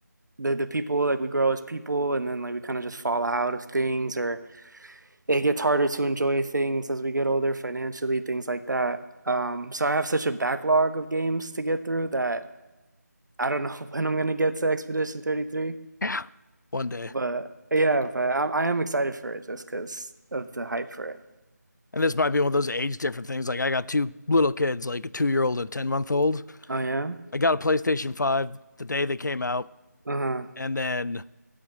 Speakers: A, on the right; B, on the left.
A: the the people like we grow as people, and then like we kind of just fall out of things, or it gets harder to enjoy things as we get older financially, things like that. Um, so I have such a backlog of games to get through that I don't know <laughs> when I'm gonna get to Expedition 33,
B: Yeah. one day.
A: but yeah, but I'm, I am excited for it just because of the hype for it.
B: and this might be one of those age different things. Like I got two little kids, like a two year old and a ten month old.
A: Oh yeah?
B: I got a PlayStation Five the day they came out,
A: Uh-huh.
B: and then